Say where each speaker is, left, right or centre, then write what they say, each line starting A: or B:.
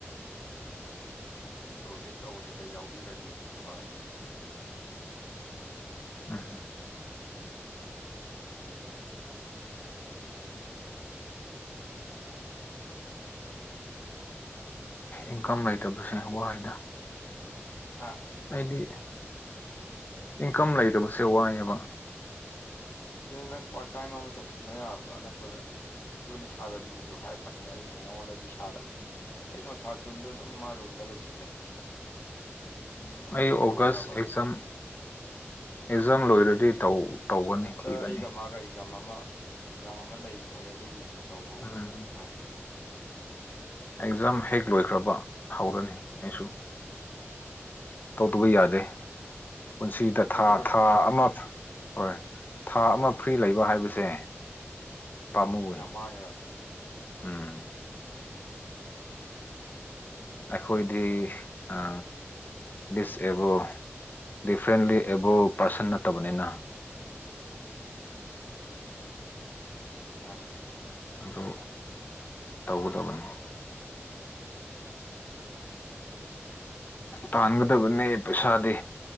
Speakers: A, on the left; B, on the left.
A: ꯑꯗꯨ ꯁꯣꯔꯠ ꯂꯤꯁ ꯇꯧꯕꯗꯨꯗ ꯌꯥꯎꯕꯤꯔꯗꯤ ꯐꯔꯦ
B: ꯎꯝ ꯏꯟꯀꯝ ꯂꯩꯇꯕꯁꯦ ꯋꯥꯏꯗ
A: ꯍꯥꯥ
B: ꯍꯥꯏꯗꯤ ꯏꯟꯀꯝ ꯂꯩꯇꯕꯁꯦ ꯋꯥꯏꯑꯦꯕ
A: ꯅꯪ ꯄꯥꯔꯠ ꯇꯥꯏꯝ ꯑꯃ ꯇꯧꯁꯤꯟꯕ ꯌꯥꯕꯗꯣ ꯑꯅꯛꯄꯗ ꯑꯗꯨꯅꯦ ꯁꯥꯥꯔ ꯔꯕꯤꯅꯁꯨ ꯍꯥꯏꯔꯛꯄ ꯄꯅꯦ ꯑꯩꯅ ꯅꯉꯣꯟꯗꯗꯤ ꯁꯥꯗꯕ ꯀꯩꯅꯣ ꯁꯥꯔꯆꯨꯟꯗꯣ ꯑꯗꯨꯝ ꯃꯥ ꯔꯨꯝꯗ ꯂꯩꯁꯜꯂꯦ ꯎꯝ ꯑꯅꯛꯄ
B: ꯑꯩ ꯑꯣꯒꯁ
A: ꯇꯧꯕ ꯌꯥꯕ ꯑꯃ
B: ꯑꯦꯛꯖꯥꯝ ꯑꯦꯛꯖꯥꯝ ꯂꯣꯏꯔꯗꯤ ꯇꯧꯒꯅꯤ ꯊꯤꯒꯅꯤ
A: ꯑ ꯑꯩꯒ ꯃꯥꯒ ꯑꯦꯛꯖꯥꯝ ꯑꯃ ꯑꯦꯛꯖꯥꯝ ꯑꯃ ꯂꯩ ꯈꯣꯠꯂꯦ ꯑꯗꯨꯒꯤ ꯁꯨꯝ ꯇꯧꯕꯔꯝꯅꯦꯅ
B: ꯎꯝ
A: ꯍꯥꯏꯕꯅꯦ
B: ꯑꯦꯛꯖꯥꯝ ꯍꯦꯛ ꯂꯣꯏꯈ꯭ꯔꯕ ꯍꯧꯔꯅꯤ ꯑꯩꯁꯨ ꯇꯧꯗꯕ ꯌꯥꯗꯦ ꯄꯨꯟꯁꯤꯗ
A: ꯄ꯭ꯔꯥꯏꯚꯦꯠ
B: ꯊꯥ
A: ꯑꯣꯏꯔꯁꯨ
B: ꯊꯥ ꯑꯃ ꯍꯣꯏ ꯊꯥ ꯑꯃ ꯐ꯭ꯔꯤ ꯂꯩꯕ ꯍꯥꯏꯕꯁꯦ ꯄꯥꯝꯃꯨꯏ
A: ꯎꯝ ꯌꯥꯝ ꯃꯥꯡꯉꯤꯕ
B: ꯎꯝ ꯑꯩꯈꯣꯏꯗꯤ ꯑ ꯗꯤꯁꯑꯦꯕꯜ ꯗꯤꯐ꯭ꯔꯦꯟꯂꯤ ꯑꯦꯕꯜ ꯄꯥꯔꯁꯟ ꯅꯠꯇꯕꯅꯤꯅ
A: ꯃꯥꯅꯦ
B: ꯑꯗꯨ ꯇꯧꯒꯗꯕꯅꯤ
A: <unintelligible>
B: ꯇꯥꯟꯒꯗꯕꯅꯦ ꯄꯩꯁꯥꯗꯤ